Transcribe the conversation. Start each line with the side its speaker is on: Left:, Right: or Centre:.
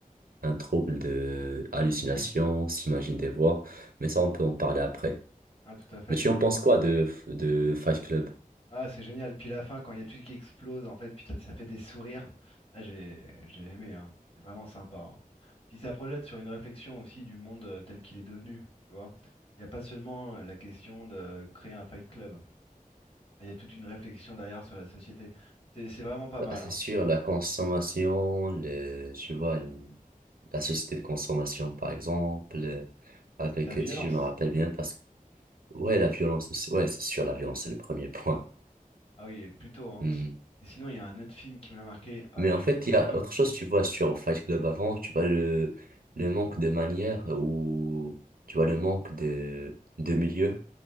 Right: un trouble de hallucination, s'imagine des voix, mais ça, on peut en parler après.
Left: Ah, tout à fait.
Right: Mais tu en penses quoi de, de Fight Club?
Left: Ah, c'est génial. Puis la fin, quand il y a tout qui explose, en fait, puis ça fait des sourires. Ah, j'ai j'ai aimé, hein. C'est vraiment sympa. hein. Puis ça projette sur une réflexion aussi du monde euh, tel qu'il est devenu, tu vois. Il n'y a pas seulement euh, la question de créer un fight club. Il y a toute une réflexion derrière sur la société. C'est c'est vraiment pas
Right: Bah,
Left: mal,
Right: c'est
Left: hein.
Right: sûr, la consommation, le, tu vois, le- la société de consommation, par exemple, euh, avec,
Left: La violence.
Right: si je me rappelle bien, parce que, ouais, la violence, aussi- ouais, c'est sûr, la violence, c'est le premier point.
Left: Ah oui, plutôt, hein.
Right: Hmm.
Left: Et sinon, il y a un autre film qui m'a marqué. Ah,
Right: Mais
Left: tu...
Right: en fait, il y a
Left: Oui,
Right: autre chose, tu vois, sur Fight Club avant, tu vois le, le manque de manière ou tu vois le manque de, de milieu